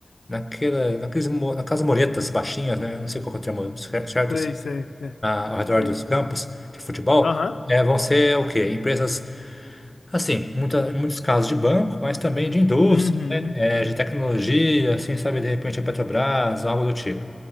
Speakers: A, on the left (about 15°); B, on the left (about 85°).
A: naquela, naqueles, mo- naquelas muretas baixinhas, né? Não sei qual que é o termo cer- certo,
B: Sei,
A: assim,
B: sei, sei.
A: a- ao redor
B: sei,
A: dos campos
B: sei.
A: de futebol,
B: Aham.
A: é, vão ser o quê? Empresas, assim, muita, em muitos casos de banco, mas também de indústria,
B: Uhum.
A: né? É, de tecnologia, assim, sabe? De repente a Petrobras, algo do tipo.